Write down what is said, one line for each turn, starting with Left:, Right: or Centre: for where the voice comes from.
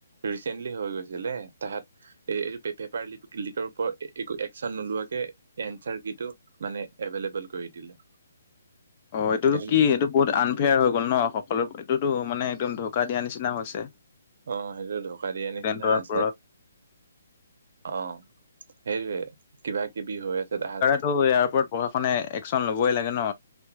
Right: ৰিচেণ্টলি হৈ গৈছিলে‌ তাহাঁত এ-এইটো পেপাৰ ল-লিকৰ ওপৰত এ-একো একচন নোলোৱাকে এনচাৰ কিটো মানে এভেইলেবল কৰি দিলে।
Left: অ', এইটোতো
Right: সেইটো
Left: কি এইটো বহুত আনফেয়াৰ হৈ গ'ল ন সকলো এইটোতো মানে একদম ঢোকা দিয়া নিচিনা হৈছে।
Right: অ', সেইটো ঢোকা দিয়া
Left: ষ্টুডেন্টৰ
Right: নিচিনা হৈছে।
Left: ওপৰত
Right: অ', সেইটোৱে কিবা কিবি হৈ আছে। তাহাঁত
Left: লও ইয়াৰ ওপৰত প্ৰশাসনে একচন ল'বই লাগে ন।